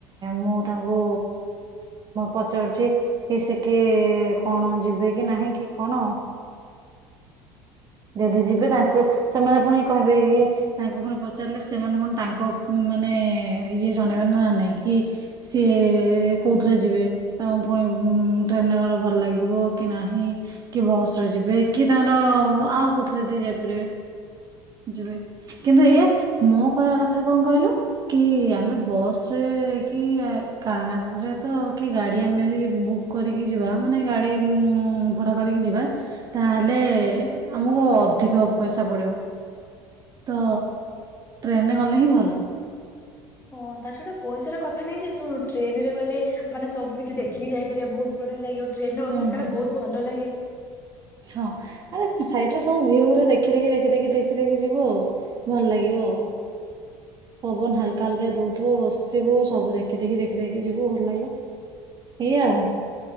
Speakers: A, on the right (about 30°); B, on the left (about 20°).
A: ମୁଁ ତାଙ୍କୁ ପଚାରୁଛି କି ସେ କି କଣ? ଯିବେ କି ନାହିଁ କି କଣ ଆଉ ଯଦି ଯିବେ ତା କୁ ସେମାନେ ଫୁଣି କହିବେ କି ତାଙ୍କୁ ଫୁଣି ପଚାରଲେ ସେମାନେ ଫୁଣି ତାଙ୍କ ମାନେ ଇଏ ଜଣେଇବେ ନାଁ ନାଇଁ କି ସିଏ କୋଉଥିରେ ଯିବେ ତାଙ୍କୁ ଫୁଣି ଉଁ ଟ୍ରେନରେ ଗଲେ ଭଲ ଲାଗିବ କି ନାହିଁ କି ବସରେ ଯିବେ କି ତାଙ୍କର ଆଉ କୋଉଥିରେ ଯଦି ଯାଇପାରିବେ ଯିବେ କିନ୍ତୁ ଏଇଆ ମୋ କହିବା କଥା କଁ କହିଲୁ କି ଆମେ ବସରେ କି ଆ କାରରେ ତ କି ଗାଡି ଆମେ ଏଦି ବୁକ୍ କରିକି ଯିବା ମାନେ ଗାଡ଼ି ଉଁ ଭଡ଼ା କରିକି ଯିବା ତାହେଲେ ଆମୁକୁ ଅଧିକ ପଇସା ପଡ଼ିବ। ତ ଟ୍ରେନରେ ଗଲେ ହିଁ ଭଲ।
B: ହଁ ତା ଛଡା ପଇସାର କଥା ନାଇଁ ଯେ ଶୁଣୁ ଟ୍ରେନରେ ଗଲେ ମାନେ ସବୁ କିଛି ଦେଖିକି ଯାଇପାରିବା ବୋହୁତ ବଢ଼ିଆ ଲାଗିବ। ଟ୍ରେନରେ
A: ହୁଁ
B: ବସିଲେ
A: ହୁଁ
B: କାଳେ ବୋହୁତ ଭଲ ଲାଗେ।
A: ହଁ ଆରେ ସାଇଟରେ ସବୁ ଭିଉଉରା ଦେଖି ଦେଖି ଦେଖି ଦେଖି ଦେଖି ଦେଖି ଯିବୁ ଆଉ ଭଲ ଲାଗିବ ଆଉ। ପବନ ହାଲକା ହାଲକା ଦୋଉଥୁବୁ ବସିଥିବୁ। ସବୁ ଦେଖି ଦେଖି ଦେଖି ଦେଖି ଯିବୁ ଭଲ ଲାଗିବ ଏଇଆ ଆଉ